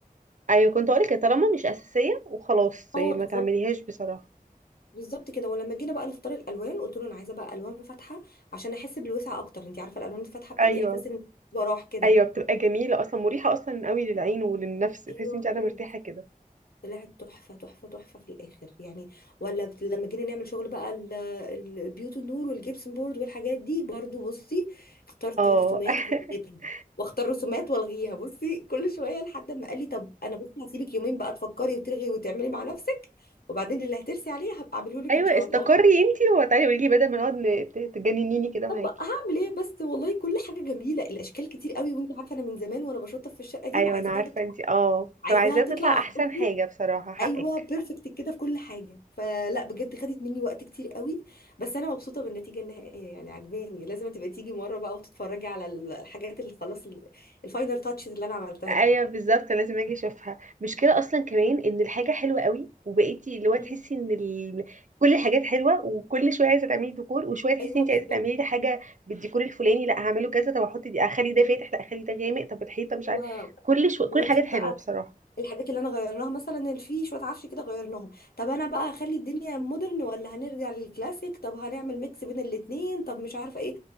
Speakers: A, on the right; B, on the left.
A: ايوه كنت هقولك يا طالما مش اساسية وخلاص
B: اه
A: إيه، ما
B: بالظبط
A: تعمليهاش بصراحة
B: بالظبط كده ولما جينا بقى نختار الالوان قلت له انا عايزه بقى الوان فاتحه عشان احس بالوسع اكتر انت عارفه الالوان الفاتحه بتدي
A: ايوه
B: احساس ان براح كده
A: ايوه بتبقى جميله اصلا مريحه اصلا قوي للعين وللنفس تحسي
B: ايوه
A: انت
B: بجد
A: قاعده مرتاحه كده
B: طلعت تحفة تحفة تحفة في الآخر يعني ولا بت- لما جينا نعمل شغل بقى ال- ال- البيوت النور والجبسن بورد والحاجات دي برضو بصي اخترت
A: اه
B: رسومات والغيتها
A: <laughs>
B: واختار رسومات والغيها بصي كل شوية لحد ما قال لي طب انا بصي هسيبك يومين بقى تفكري وتلغي وتعملي مع نفسك وبعدين اللي هترسي عليه هبقى اعمله لك
A: ايوه
B: ان شاء
A: استقري
B: الله
A: انت وتعالي قولي لي بدل ما نقعد ن- ت- تجننيني كده
B: طب
A: معاكي
B: هعمل ايه بس والله كل حاجة جميلة الاشكال كتير قوي وانت عارفة انا من زمان وانا بشطف في الشقة دي
A: ايوه
B: وعايزاها
A: انا عارفه
B: تطلع
A: انت اه فعايزاه
B: عايزاها تطلع
A: تطلع احسن
B: بصي
A: حاجه بصراحه حقك
B: ايوه بيرفكت كده في كل حاجه فلا بجد خدت مني وقت كتير قوي بس انا مبسوطه بالنتيجه النهائيه يعني عجباني لازم تبقى تيجي مره بقى وتتفرجي على ال- الحاجات اللي خلاص ال- الفاينل تاتشز اللي انا عملتها
A: ايوه
B: دي
A: بالظبط لازم اجي اشوفها مشكله اصلا كمان ان الحاجه حلوه قوي وبقيتي اللي هو تحسي
B: مم.
A: ان ال... كل الحاجات حلوه وكل شويه عايزه تعملي ديكور وشويه تحسي
B: ايوه
A: انت
B: بالظبط
A: عايزه تعملي لي حاجه بالديكور الفلاني لا هعمله كذا طب احط دي اخلي ده فاتح لا اخلي ده غامق طب الحيطه
B: و...
A: مش عارفه كل شو... كل
B: وتيجي
A: الحاجات حلوه
B: بقى
A: بصراحه
B: الحاجات اللي انا غيرناها مثلا اللي فيه شويه عفش كده غيرناهم طب انا بقى هخلي الدنيا مودرن ولا هنرجع للكلاسيك طب هنعمل ميكس بين الاتنين طب مش عارفه ايه